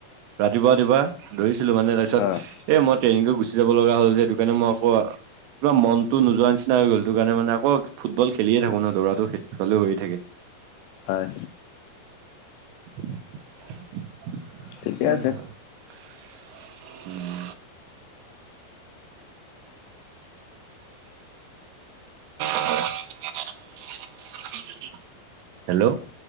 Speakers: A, on the right; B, on the left.
A: ৰাতিপুৱা-ৰাতিপুৱা। দৌৰিছিলো মানে তাৰপিছত
B: হয়
A: এ মই ট্ৰেইনিং কৰি গুচি যাব লগা হ'ল যে সেইটো কাৰণে মই আকৌ কিবা মনটো নোযোৱাৰ নিচিনা হৈ গল সেইটো কাৰণে মানে। আকৌ ফুটবল খেলিয়ে থাকো ন দৌৰাটো সেইফালেও হৈ থাকে।
B: হয়।
A: <unintelligible>
B: ঠিকে আছে
A: <inaudible> <inaudible> হেল্ল',